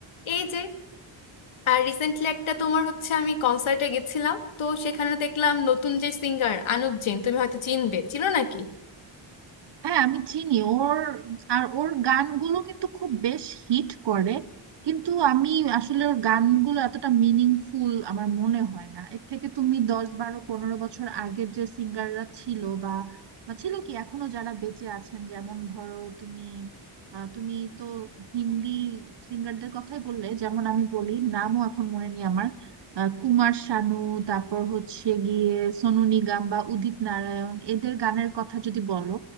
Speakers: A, on the left; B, on the right.
A: এই যে আর রিসেন্টলি একটা তোমার হচ্ছে আমি কনসার্টে গেছিলাম তো সেখানে দেখলাম নতুন যে সিঙ্গার আনুপ জেন তুমি হয়তো চিনবে চিনো নাকি
B: হ্যাঁ আমি চিনি ওর আর ওর গানগুলো কিন্তু খুব বেশ হিট করে কিন্তু আমি আসলে ওর গানগুলো এতটা মিনিংফুল আমার মনে হয় না এর থেকে তুমি দশ বারো পনেরো বছর আগের যে সিঙ্গাররা ছিল বা বা ছিল কি এখনো যারা বেঁচে আছেন যেমন ধরো তুমি আহ, তুমি তো হিন্দি সিঙ্গারদের কথাই বললে যেমন আমি বলি নামও এখন মনে নেই আমার আহ, কুমার শানু তারপর হচ্ছে গিয়ে সোনু নিগম বা উদিত নারায়ণ এদের গানের কথা যদি বলো